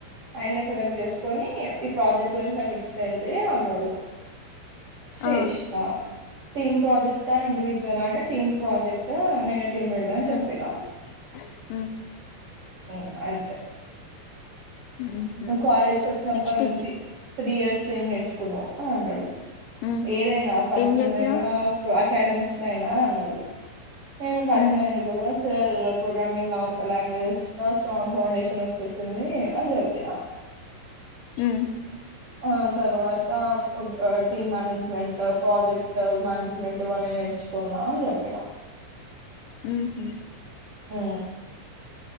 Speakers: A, on the right; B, on the left.
A: ఆయనే సెలెక్ట్ చేసుకొని ఈ ప్రాజెక్ట్ గురించి నాకు ఎక్స్ప్లెయిన్ చేయని అన్నాడు చేసిన
B: ఆ
A: టీమ్ ప్రాజెక్ట్ ఆ ఇండివిజువల్ అంటే టీమ్ ప్రాజెక్ట్ నేనే టీమ్ లీడర్ అని
B: మ్మ్
A: చెప్పినా
B: <inaudible>
A: ఉ అంతే
B: మ్మ్హు
A: నువ్ కాలేజ్ కు వచ్చినప్పటి
B: నెక్స్ట్
A: నుంచి త్రీ ఇయర్స్ లో ఏమి నేర్చుకున్నావు అని అన్నాడు
B: ఉమ్
A: ఏదైనా పర్సనల్
B: ఏం చెప్పినవ్
A: అయినా ఇప్పుడు అకాడమిక్స్ లో అయినా అన్నాడు నేను పర్సనల్
B: ఉమ్
A: ఏం చెప్పకుండా సార్ ప్రోగ్రామింగ్ లాంగ్వేజెస్ లో స్ట్రాంగ్ ఫౌండేషన్ చేసింది అని చెప్పిన
B: మ్మ్
A: ఆ తర్వాత టీమ్ మేనేజ్మెంట్ ప్రాజెక్ట్ మేనేజ్మెంట్ ఇవన్నీ నేర్చుకున్నా అని చెప్పిన
B: ఉహు
A: ఆ